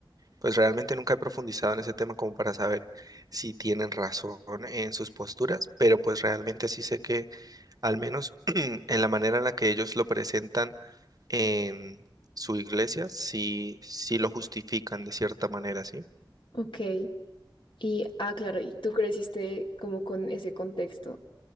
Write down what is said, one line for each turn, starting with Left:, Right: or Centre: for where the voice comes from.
Right: Pues realmente nunca he profundizado en ese tema como para saber si tienen razón en sus posturas, pero pues realmente sí sé que al menos <clears throat> en la manera en la que ellos lo presentan en su iglesia, sí, sí lo justifican de cierta manera, ¿sí?
Left: ok. Y, ah, claro, y tú creciste como con ese contexto.